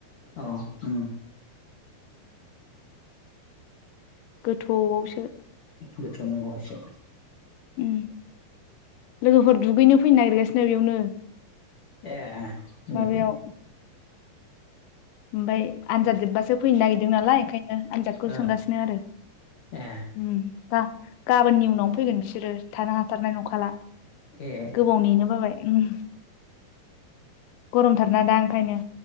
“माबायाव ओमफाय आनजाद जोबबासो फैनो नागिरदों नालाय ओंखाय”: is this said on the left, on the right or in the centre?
Left